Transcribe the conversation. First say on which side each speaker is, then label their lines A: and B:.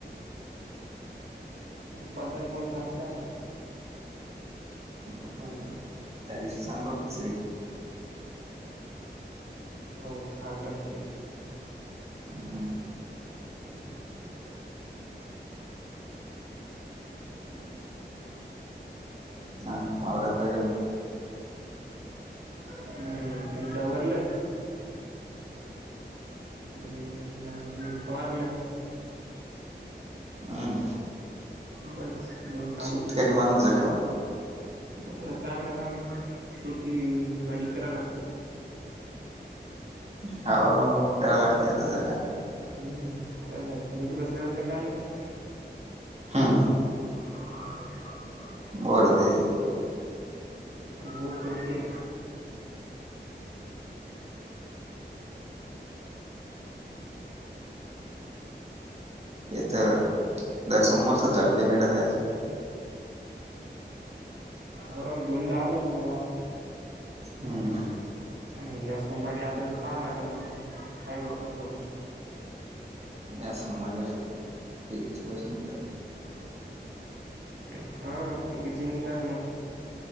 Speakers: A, on the right; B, on the right.
A: <unintelligible> कोण सांगत त्यांना?
B: <unintelligible> त्या दिवशी सांगलं होती तिसरी.
A: हो <unintelligible>
B: हम्म.
A: ठीकय ठीकय. <inaudible>
B: हा वावरात काय केलं?
A: हम्म डवरलं. हम्म आणखीन फवारलं.
B: हम्म.
A: बस दोन कामं
B: शेतकरी
A: केली.
B: माणूस झाले म
A: मग आता काय करावं? शेती <unintelligible> करा लागते.
B: हो करा लागते आता जरा.
A: हम्म, काय हाय? घरी बसल्या बसल्या काय नाही.
B: हम्म.
A: <unintelligible>
B: बोर होते.
A: बोर तर होते.
B: ते तर, दर सोमवरचच झालं पेमेंट <unintelligible>
A: हो दोनदा आलं समजा
B: हम्म.
A: नाही या सोमवारी आलं तर पहा लागेल मला आहे बघ तोवर
B: या सोमवारी आल तर तीकडच्या प्रश्न <unintelligible>
A: हां. हा तिघेजण येणार मग.